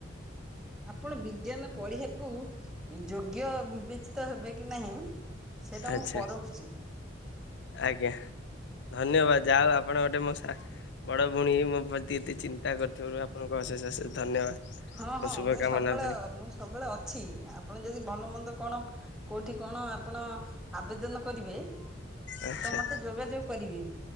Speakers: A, in the centre; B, on the left.
A: ଆପଣ ବିଜ୍ଞାନ ପଢିବାକୁ ଯୋଗ୍ୟ ବିବେଚିତ ହେବେ କି ନାହିଁ? ସେଇଟା
B: ଆଚ୍ଛା
A: ମୁଁ ପରଖୁଛି।
B: ଆଜ୍ଞା ଧନ୍ୟବାଦ ଯାଅ ଆପଣ ଗୋଟେ ମୋ ବଡ ଭଉଣୀ ମୋ ପ୍ରତି ଏତେ ଚିନ୍ତା କରିୁଥିବାରୁ ଆପଣଙ୍କୁ ଅଶେଷ ଅଶେଷ ଧନ୍ୟବାଦ
A: ହଁ
B: ମୋ
A: ହଁ
B: ଶୁଭକାମନା
A: ମୁଁ ସବୁବେଳେ
B: ପାଇଁ
A: ମୁଁ ସବୁବେଳେ ଅଛି ଆପଣ ଯଦି ଭଲ ମନ୍ଦ କଣ କୋଉଠି କଣ ଆପଣ ଆବେଦନ କରିବେ
B: ଆଚ୍ଛା
A: ତ ମତେ ଯୋଗାଯୋଗ କରିବି